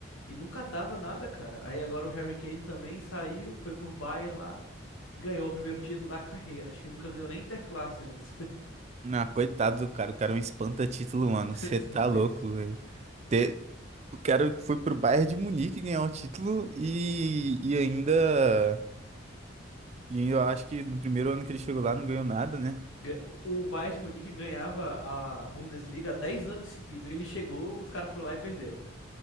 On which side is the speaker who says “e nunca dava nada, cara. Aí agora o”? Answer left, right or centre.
Left